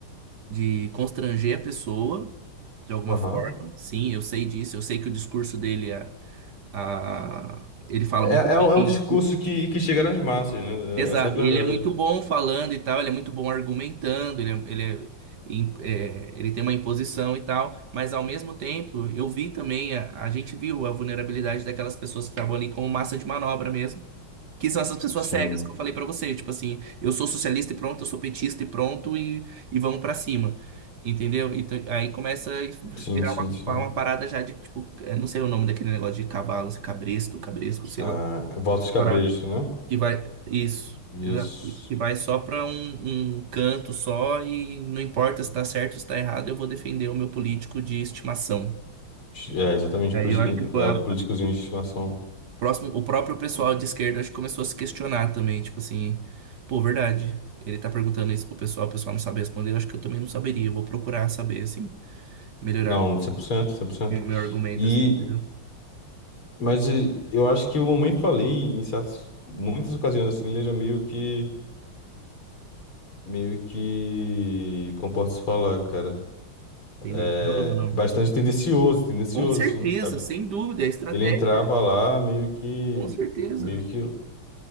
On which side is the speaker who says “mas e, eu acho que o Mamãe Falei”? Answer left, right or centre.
Left